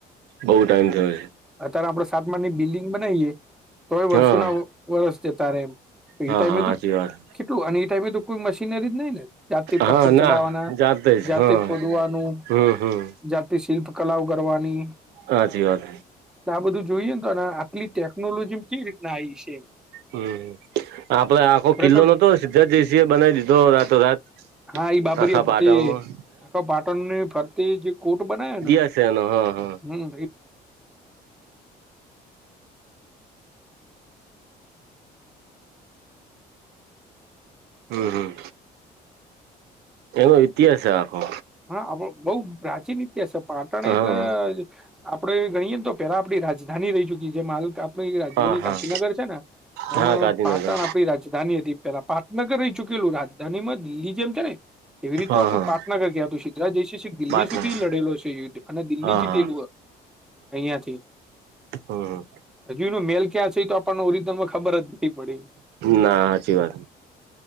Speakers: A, on the right (about 80°); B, in the centre.
A: બહુ ટાઈમ થયો
B: અત્યારે આપડ સાતમાની બિલ્ડિંગ બનાવીએ તો
A: છે
B: વર્ષોના
A: હા
B: વરસ જ તારે એમ એ
A: હા
B: ટાઈમે
A: હા સાચી
B: તો
A: વાત
B: કેટલું અને એ ટાઈમે તો કોઈ મશીન ર નહી ને જાતિ પથ્થર
A: હા ના
B: ચડાવવાના
A: જાતે જ
B: જાતિ
A: હા
B: ખોદવાનું
A: હમ હમ
B: જાતિ શિલ્પ કલાઓ કરવાની.
A: હાચી વાત.
B: આ બધું જોઈએને તો અને આટલી ટેકનોલોજી કેવી રીતના આવી છે એમ.
A: હમ આપડે આખો
B: ખરેખર
A: કિલ્લો નતો સીધાર્થ જયસિહે એ બનાવી દીધો રાતો રાત
B: હા એ બાબરીયા
A: આખા પાટણમાં
B: પોતે આખા પાટણની ફરતે જે કોટ બનાવ્યો
A: <unintelligible> છે, નો હા હા
B: ને હમ
A: હમ હમ એનો ઇતિહાસ આખો
B: હા બો બોવ પ્રાચીન ઇતિહાસ પાટણ
A: હા
B: એટલે આપડે ગણીએેને તો પેલા આપડી રાજધાની રેય ચુકી જે માલ આપણી રાજધાની
A: હા હા
B: ગાંધીનગર છે, ને
A: હા
B: એમાં
A: ગાંધીનગર
B: પાટણ આ રાજધાની હતી પેલા પાટનગર રહી ચૂકેલું રાજધાની માં દિલ્હી જેમ છે, ને એવી રીતનુ
A: હા
B: આપણુ
A: હા
B: પાટનગર ક્યા ગુજરાત <unintelligible> દિલ્હી
A: પાટનગર
B: સુધી લડેલો છે, યુદ્ધ અને દિલ્હી
A: હા
B: જીતેલું
A: હા
B: અહિયાંથી
A: હ.
B: હજુ એનો મેલ ક્યાં છે, તો આપણને ઓરિજિનલમાં ખબર જ નથી પડી
A: ના હાચી વાત